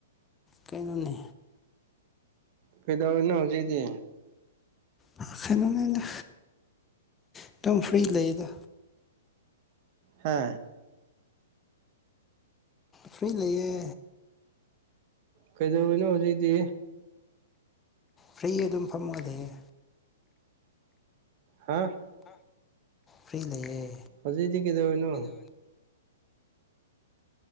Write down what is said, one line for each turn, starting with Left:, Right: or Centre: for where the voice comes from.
Left: ꯀꯩꯅꯣꯅꯦ
Right: ꯀꯩꯗꯧꯔꯤꯅꯣ ꯍꯧꯖꯤꯛꯗꯤ
Left: <unintelligible> ꯑꯗꯨꯝ ꯐ꯭ꯔꯤ ꯂꯩꯗ
Right: ꯍꯥ
Left: ꯍꯨꯏ ꯂꯩꯌꯦ
Right: ꯀꯩꯗꯧꯔꯤꯅꯣ ꯍꯧꯖꯤꯛꯇꯤ
Left: ꯐ꯭ꯔꯤ ꯑꯗꯨꯝ ꯐꯝꯃꯒ ꯂꯩꯌꯦ
Right: ꯍꯥ
Left: ꯐ꯭ꯔꯤ ꯂꯩꯌꯦ
Right: ꯍꯧꯖꯤꯛꯗꯤ ꯀꯩꯗꯧꯔꯤꯅꯣ